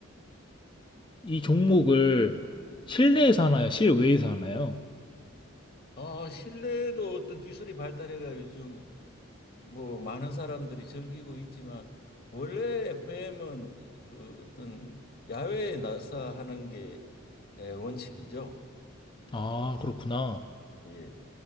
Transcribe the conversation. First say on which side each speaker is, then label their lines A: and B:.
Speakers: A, on the left; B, on the left.
A: 이 종목을 실내에서 하나요? 실외에서 하나요?
B: 아 실내에도 어떤 기술이 발달해가 요즘 뭐 많은 사람들이 즐기고 있지만 원래 FM은 그 어떤 야외에 나서 하는 게 예, 원칙이죠.
A: 아, 그렇구나.
B: 예.